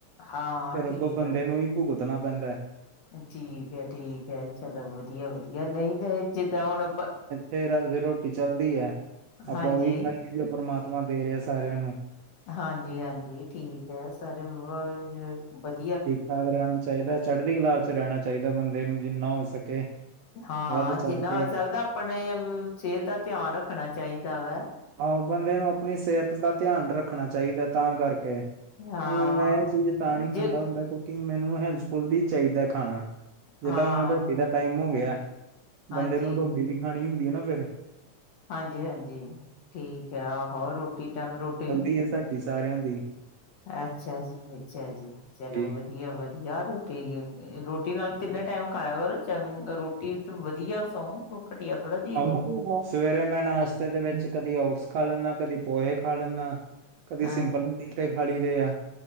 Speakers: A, on the left (about 60°); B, on the right (about 75°).
A: ਹਾਂ
B: ਫਿਰ
A: ਠੀਕ
B: ਅੱਗੋਂ ਬੰਦੇ
A: ਆ
B: ਨੂੰ ਵੀ ਭੁਗਤਣਾ ਪੈਂਦਾ।
A: ਠੀਕ ਏ, ਠੀਕ ਏ, ਚਲੋ ਵਧੀਆ-ਵਧੀਆ, ਨਹੀਂ ਤੇ ਜਿੱਦਾਂ ਹੁਣ
B: ਫੇਰ ਰੋਜੀ-ਰ੍ਹੋਟੀ ਚੱਲਦੀ ਐ, ਆਪਾਂ
A: ਹਾਂਜੀ
B: ਉਹੀ ਖਾਈਏ ਜਾਂਨੇ ਆ ਪਰਮਾਤਮਾ ਦੇ ਰਹਿਆ ਸਾਰਿਆਂ ਨੂੰ।
A: ਹਾਂਜੀ-ਹਾਂਜੀ ਠੀਕ ਹੈ, ਸਾਰ <unintelligible>
B: ਠੀਕ-ਠਾਕ ਰਹਿਣਾ ਚਾਹੀਦਾ, ਚੜ੍ਹਦੀ ਕਲਾ‌'ਚ ਰਹਿਣਾ ਚਾਹੀਦਾ ਬੰਦੇ ਨੂੰ, ਜਿੰਨਾ ਹੋ ਸਕੇ।
A: ਹਾਂ!
B: ਵੱਧ ਚੜ
A: ਜਿੰਨਾ
B: ਕੇ
A: ਹੋ ਸਕਦਾ ਆਪਣੇ ਸਿਹਤ ਦਾ ਧਿਆਨ ਰੱਖਣਾ ਚਾਹੀਦਾ ਵਾ।
B: ਆਹੋ, ਬੰਦੇ ਨੂੰ ਆਪਣੀ ਸਿਹਤ ਦਾ ਧਿਆਨ ਰੱਖਣਾ ਚਾਹੀਦਾ ਤਾਂ ਕਰਕੇ।
A: ਹਾਂ
B: ਹੁਣ ਮੈਂ ਇਹ ਚੀਜ਼, ਤਾਂ ਨਹੀਂ ਖਾਂਦਾ
A: ਜੇ
B: ਹੁੰਦਾ ਕੁਛ ਕਿ ਮੈਨੂੰ ਹੈਲਥਫੁਲ ਹੀ ਚਾਹੀਦਾ ਖਾਣਾ, ਜਿਦਾਂ
A: ਹਾਂ
B: ਹੁਣ ਰੋਟੀ ਦਾ ਟਾਈਮ ਹੋ ਗਿਆ
A: ਹਾਂਜੀ
B: ਬੰਦੇ ਨੂੰ ਰ੍ਹੋਟੀ ਵੀ ਖਾਣੀ ਹੁੰਦੀ ਏ ਨਾ ਫਿਰ
A: ਹਾਂਜੀ ਹਾਂਜੀ ਠੀਕ ਹੈ, ਆਹੋ ਰੋਟੀ ਟਾਈਮ ਰੋਟੀ
B: ਏ ਸਾਡੀ ਡਿਸ ਸਾਰਿਆਂ ਦੀ
A: ਅੱਛਾ ਜੀ, ਅੱਛਾ ਜੀ, ਚਲੋ
B: ਜੀ
A: ਵਧੀਆ ਵਧੀਆ ਰ ਤੇ, ਰੋਟੀ ਨਾਲ ਤਿੰਨੇ ਟਾਈਮ ਖਾਇਆ ਕਰੋ ਚੰ ਰੋਟੀ ਤੇ ਵਧੀਆ ਸੌਂ ਘਟੀਆ ੋੜ੍ਹਾ <unintelligible>
B: ਆਹੋ, ਸਵੇਰੇ ਮੈਂ ਨਾਸ਼ਤੇ ਦੇ ਵਿਚ ਕਦੀ ਔਟਸ ਖਾ ਲੈਨਾ, ਕਦੀ ਪੋਹੇ ਖਾ ਲੈਨਾ, ਕਦੀ
A: ਹਾਂ
B: ਸਿੰਪਲ ਮੀਠੇ ਖਾ ਲਈ ਦੇ ਆ